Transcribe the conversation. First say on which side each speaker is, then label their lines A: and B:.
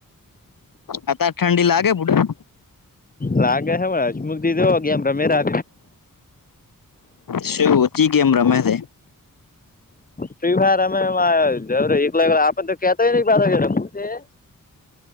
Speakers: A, on the left; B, on the left.
A: આતા ઠંડી લાગે બુડા
B: રાગ હવાળ અશ મુગ દીે હગી એમ રમેી આ
A: શું ચી કેમ રમે છે
B: ફ્રી ફાયર અમે જ એકલા આપ તો કેતાય પાછા